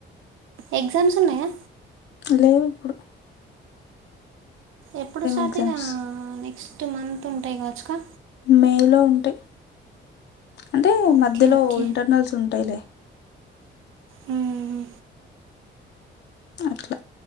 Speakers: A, on the right; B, on the left.
A: ఎగ్జామ్స్ ఉన్నాయా
B: లేవు ఇప్పుడు
A: ఎప్పుడు స్టార్ట్
B: ఎగ్జామ్స్
A: ఇగ నెక్స్ట్ మంత్ ఉంటాయి కావచ్చు కా
B: మేలో ఉంటయి అంటే
A: ఓకే
B: మధ్యలో
A: ఓకే
B: ఇంటర్నల్స్ ఉంటాయిలే
A: మ్మ్.
B: అట్లా